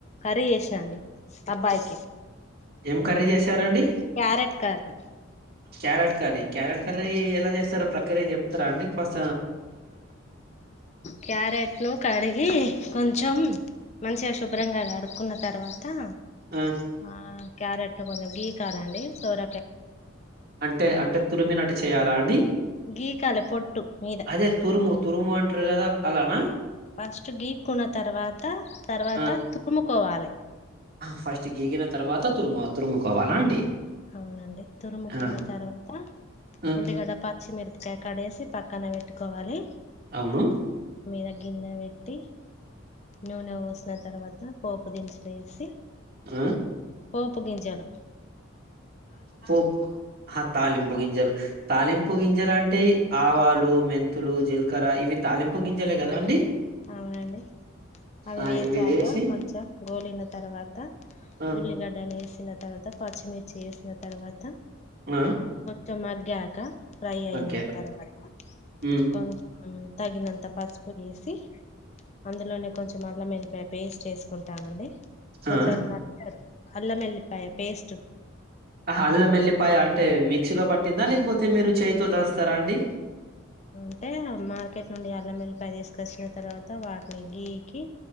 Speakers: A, on the left (about 35°); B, on the right (about 50°).
A: కర్రీ చేసిన అండి అబ్బాయికి
B: ఏం కర్రీ చేసారండి
A: carrot curry
B: carrot curry carrot curry ఎలా చేస్తారు ప్రక్రియ చెప్తారా అండి కొస
A: క్యారెట్ ను కడిగి కొంచెం మంచిగా శుభ్రంగా గడుక్కున్న తర్వా త
B: ఆ
A: ఆ క్యారెట్ ను కొంచెం బీ కారండి సొర
B: అంటే అంటే తురుమినట్టు చేయాలా అండి
A: గీకాలి పొట్టు మీద
B: అదే తురుము తురుము అంటారు కదా అలానా
A: ఫస్ట్ గీక్కున్న తర్వాత తర్వాత
B: ఆ
A: తుముకోవాలి
B: ఫస్ట్ గీగిన తర్వాత తురుము తురుముకోవాలా అండి
A: అవునండి తురుముక్కున్న
B: ఆ
A: తర్వాత
B: ఆ
A: ఉల్లిగడ్డ పచ్చిమిరపకాయ కడేసి పక్కన పెట్టుకోవాలి
B: అవును
A: మీర గిన్న వెట్టి నూనె పోసిన తర్వాత పోపు దినుసులు వేసి
B: ఆ
A: పోపు గంచాలు
B: పో తాలింపుగింజలు తాలింపుుగింజ అల్ అంటే ఆవాలు మెంతులు జీలకర్ర ఇవి తాలింపు గింజలు కదా అండి
A: అవునండి అవి
B: ఆ
A: వేసాక
B: ఇవి వేసి
A: కొంచెం గోలిన తర్వాత
B: ఆ
A: ఉల్లిగడ్డలు వేసి వీనా తర్వాత పచ్చిమిర్చి వేసిన తర్వాత
B: ఆ
A: చమకగాక ఫ్రై అయిన
B: మగ్గాక
A: తర్వాత
B: ఉమ్
A: కొం తగినంత పాచ పుడి వేసి అందులోనే కొంచెం అల్లం మల్లిపాయ పేస్ట్ చేసుకుంటామండి కొందరు
B: ఆ
A: నాచాధు అల్ల మెల్లిపాయ పేస్ట్
B: ఆ అల్ల మల్లిపాయ అంటే మిక్సీలో పట్టిందా లేకపోతే మీరు చెయిథో దాస్తారా అండి
A: అంటే మార్కెట్ నుండి అల్లం వెల్లిపాయ తీసుకొచ్చిన తర్వాత వాటిని గీకి